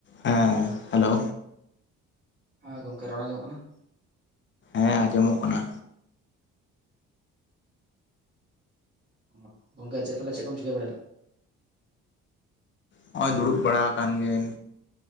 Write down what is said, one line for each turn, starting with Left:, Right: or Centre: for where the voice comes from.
Left: ᱦᱮᱸ ᱦᱮᱞᱳ
Right: ᱦᱮᱸ ᱜᱚᱝᱠᱮ ᱨᱚᱲᱟ ᱟᱡᱚᱜ ᱠᱟᱱᱟ?
Left: ᱦᱮᱸ ᱟᱸᱡᱚᱢᱚᱜ ᱠᱟᱱᱟ᱾
Right: ᱚ ᱜᱚᱝᱠᱮ ᱪᱮᱫ ᱛᱚᱞᱮ ᱪᱮᱫ ᱠᱚᱢ ᱪᱤᱠᱟᱹ ᱵᱟᱲᱟᱭᱟ?
Left: ᱱᱚᱜᱚᱭ ᱫᱩᱲᱩᱵ ᱵᱟᱲᱟ ᱟᱠᱟᱱ ᱜᱤᱭᱟᱹᱧ